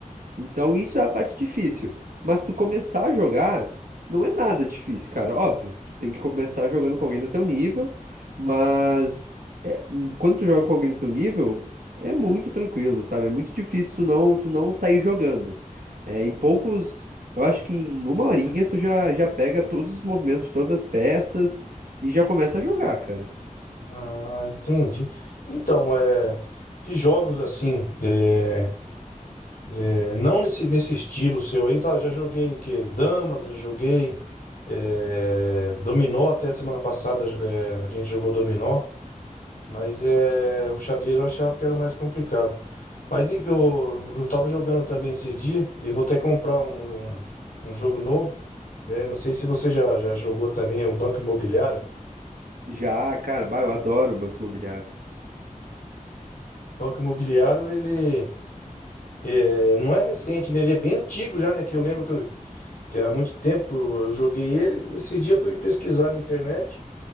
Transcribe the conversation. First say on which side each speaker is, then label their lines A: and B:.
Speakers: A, on the right; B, on the left.
A: então isso é a parte difícil. Mas tu começar a jogar não é nada difícil, cara. Óbvio, tu tem que começar jogando com alguém do teu nível, mas é, n- quando tu joga com alguém do teu nível, é muito tranquilo, sabe? É muito difícil tu não, tu não sair jogando. É, em poucos, eu acho que em uma horinha tu já, já pega todos os movimentos de todas as peças e já começa a jogar, cara.
B: Ah, entendi. Então, é, de jogos assim, é, é, não nesse, nesse estilo seu aí, tá, já joguei que damas, já joguei é, dominó até semana passada, é, a gente jogou dominó, mas é, o xadrez eu achava que era o mais complicado. Mas e eu, eu tava jogando também esse dia e vou até comprar um, um, um jogo novo, né? Não sei se você já, já jogou também o Banco Imobiliário.
A: Já, cara, bah, eu adoro o Banco Imobiliário.
B: Banco Imobiliário, ele É, não é recente, né? Ele é bem antigo já, né? Que eu lembro que, eu- que há muito tempo eu joguei ele. Esse dia eu fui pesquisar na internet,